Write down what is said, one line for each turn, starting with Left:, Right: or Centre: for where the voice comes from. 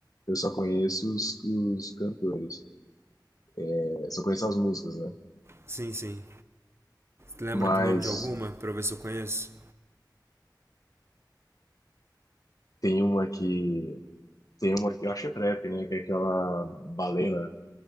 Left: Eu só conheço os, os cantores. É, só conheço as músicas, né?
Right: Sim, sim. Lembra
Left: Mas
Right: do nome de alguma pra eu ver se eu conheço?
Left: tem uma que. Tem uma que eu acho que é trap, né? Que é aquela Balena.